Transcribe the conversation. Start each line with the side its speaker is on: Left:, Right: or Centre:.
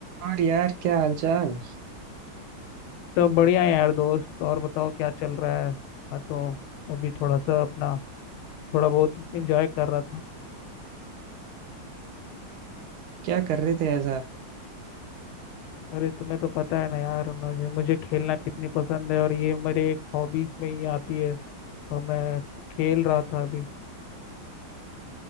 Right: और यार क्या हालचाल
Left: सब बढ़िया है यार दोस्त और बताओ क्या चल रहा है मैं तो अभी थोड़ा सा अपना थोड़ा बहुत एंजॉय कर रहा था
Right: क्या कर रहे थे ऐसा
Left: अरे तुम्हें तो पता है ना यार मुझे मुझे खेलना कितनी पसंद है और ये मेरे एक हॉबीज में ही आती है और मैं खेल रहा था अभी